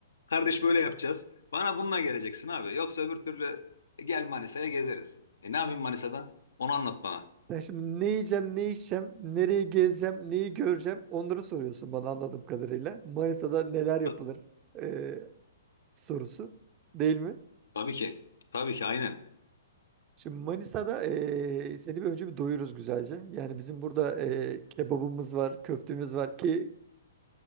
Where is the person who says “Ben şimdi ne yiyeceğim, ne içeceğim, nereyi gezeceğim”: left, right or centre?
Right